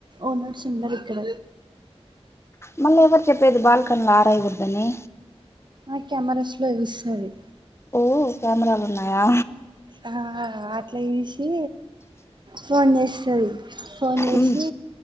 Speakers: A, on the right (about 45°); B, on the left (about 25°).
A: ఓనర్స్ ఉండరిక్కడ
B: మళ్ళీ ఎవరు చెప్పేది బాల్కనీలో ఆరేయోద్దని
A: ఆ కెమెరాస్ లో ఇస్తది
B: ఓ కెమెరాలు ఉన్నాయా
A: ఆ అట్లా చూసి ఫోన్ చేస్తది ఫోన్ చేసి
B: ఉమ్